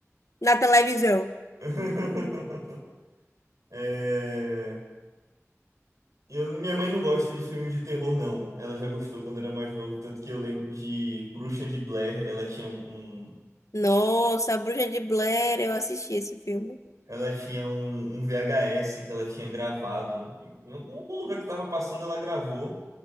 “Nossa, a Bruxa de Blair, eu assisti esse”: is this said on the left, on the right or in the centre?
Left